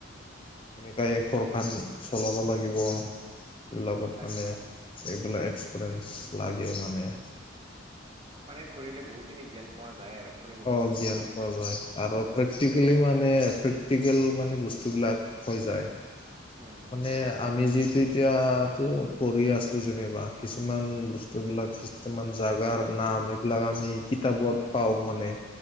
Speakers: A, on the left; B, on the right.
A: সেনেকাই ঘৰখনা চলাব লাগিব। এইবিলাকত
B: লাগিবতো
A: মানে, এইবিলাক এক্সপেৰিয়েঞ্চ লাগে মানে।
B: মানে ঘুৰিলে বহু খিনি জ্ঞান পোৱা যায় আৰু। ফুৰিবলৈ
A: অ,
B: গ'লে
A: জ্ঞান
B: যে
A: পোৱা যায়। আৰু প্ৰেক্টিকেলি
B: যে
A: মানে, প্ৰেক্টিকেল মানে বস্তুবিলাক হৈ যায়।
B: উম
A: মানে আমি, যিটো এতিয়াতো পঢ়ি আছো যেনিবা, কিছুমান বস্তুবিলাক কিছুমান জাগাৰ নাম। <unintelligible> আমি কিতাপত পাওঁ মানে।